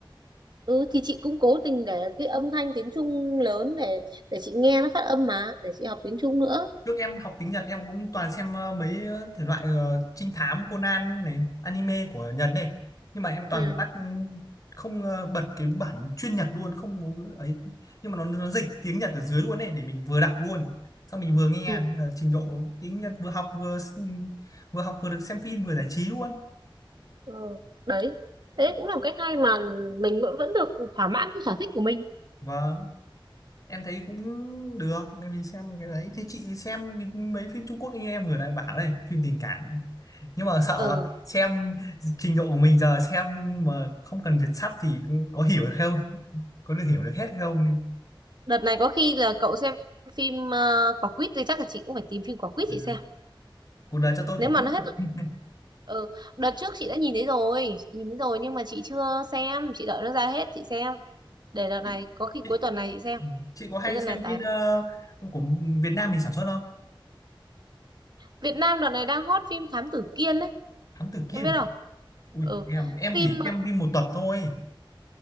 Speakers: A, on the right; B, on the left.
A: ừ thì chị cũng cố tình để cái âm thanh tiếng Trung lớn để để chị nghe nó phát âm mà để chị học tiếng Trung nữa
B: Trước em học tiếng Nhật em cũng toàn xem ờ, mấy ờ, thể loại ờ, trinh thám Conan này, anime của Nhật này. Nhưng mà em toàn
A: ừ.
B: tắt không ờ, bật cái bản chuyên Nhật luôn không có ấy nhưng mà nó nó dịch tiếng Nhật ở dưới luôn này để mình vừa đọc luôn. Xong mình vừa nghe
A: ừ
B: nên là trình độ tiếng Nhật vừa học vừa s- ừ, vừa học vừa được xem phim vừa giải trí luôn.
A: Ừ, đấy thế cũng là một cách hay mà mình vẫn vẫn được thỏa mãn cái sở thích của mình
B: Và em thấy cũng được em đi xem cái đấy thì chị xem cái- mấy phim Trung Quốc như em vừa nãy bảo đây phim tình cảm nhưng mà sợ
A: ừ
B: xem trình độ của mình giờ xem mà không cần Việt sắp thì cứ- có hiểu được không có được hiểu được hết không
A: đợt này có khi là cậu xem phim ờ, quả quýt thì chắc là chị cũng phải tìm phim quả quýt
B: ừ.
A: chị xem
B: cuộc đời cho tôi
A: nếu
B: quả
A: mà
B: quýt
A: nó hết
B: <laughs>
A: ừ đợt trước chị đã nhìn thấy rồi chị nhìn thấy rồi nhưng mà chị chưa xem chị đợi nó ra hết chị xem để đợt
B: chị,
A: này có khi
B: chị,
A: cuối tuần này chị xem
B: chị có hay
A: cuối tuần
B: xem
A: này
B: phim
A: tại
B: ờ, của Việt Nam mình sản xuất không
A: Việt Nam đợt này đang hot phim Thám Tử Kiên đấy
B: Thám Tử Kiên
A: em biết không
B: ui
A: ừ
B: em em
A: phim
B: chỉ
A: ờ,
B: xem phim một tập thôi